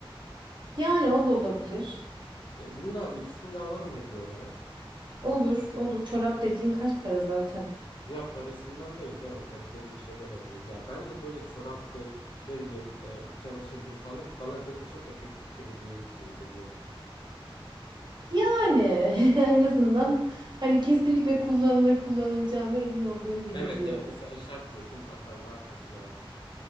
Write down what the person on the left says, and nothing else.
E, bunu da al, ikisini de alalım hediye olarak.
Ya parasından değil canım kaliteli bir şeyler alırız. Yani bence böyle çoraptır ne bileyim e, iç çamaşırdır falan hep bana böyle çok efektif bir hediyeymiş gibi geliyor.
Evet
evet mesela eşarp diyorsun takan var takmayan var.